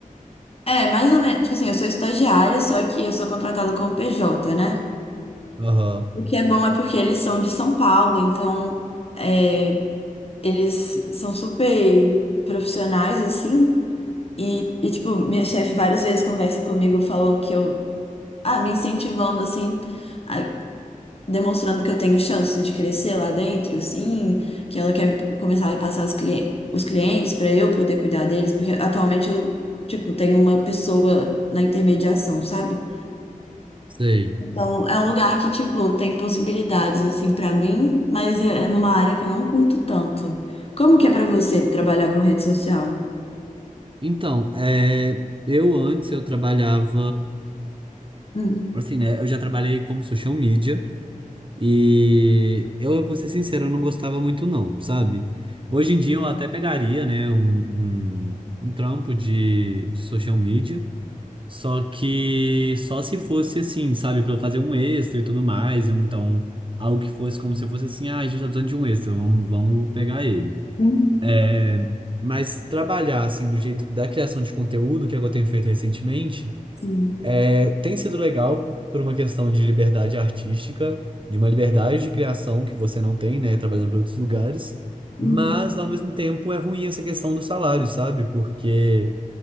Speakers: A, on the left; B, on the right.
A: É, mais ou menos. Tipo assim, eu sou estagiária, só que eu sou contratada como PJ, né?
B: Aham,
A: O que é bom é porque eles são de São Paulo, então é, eles são super profissionais, assim. E, e, tipo, minha chefe várias vezes conversa comigo falando que eu. Ah, me incentivando, assim a, demonstrando que eu tenho chance de crescer lá dentro, assim, que ela quer começar a me passar os clientes, os clientes para eu poder cuidar deles, porque atualmente eu, tipo, tenho uma pessoa na intermediação, sabe?
B: sei.
A: Então, é um lugar que, tipo, tem possibilidades, assim, para mim, mas é numa área que eu não curto tanto. Como que é para você trabalhar com rede social?
B: Então, é, eu antes eu trabalhava.
A: Hum,
B: Assim, né? Eu já trabalhei como social media e eu vou ser sincero, eu não gostava muito não, sabe? Hoje em dia eu até pegaria, né, um, um, um trampo de, de social media, só que só se fosse assim, sabe, pra eu fazer um extra e tudo mais, um, então algo que fosse como se fosse assim, ah, a gente tá precisando de um extra, vamos, vamos pegar ele.
A: hum,
B: É, mas trabalhar assim do jeito da criação de conteúdo, que é o que eu tenho feito recentemente,
A: sim.
B: é, tem sido legal por, por uma questão de liberdade artística, de uma liberdade de criação que você não tem, né, trabalhando para outros lugares,
A: Hum,
B: mas ao mesmo tempo é ruim essa questão do salário, sabe? Porque,